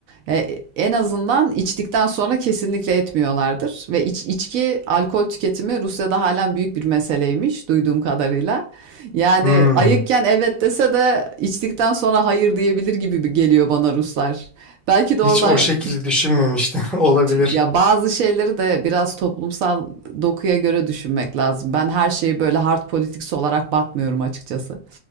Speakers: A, on the right; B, in the centre.
A: E, en azından içtikten sonra kesinlikle etmiyorlardır. Ve iç- içki, alkol tüketimi Rusya'da halen büyük bir meseleymiş duyduğum kadarıyla. Yani
B: Hmm.
A: ayıkken evet dese de içtikten sonra hayır diyebilir gibi bir- geliyor bana Ruslar. Belki
B: Hiç
A: de oradan
B: o şekilde düşünmemiştim. <laughs> Olabilir.
A: ya bazı şeyleri de biraz toplumsal dokuya göre düşünmek lazım. Ben her şeyi böyle hard politics olarak bakmıyorum açıkçası.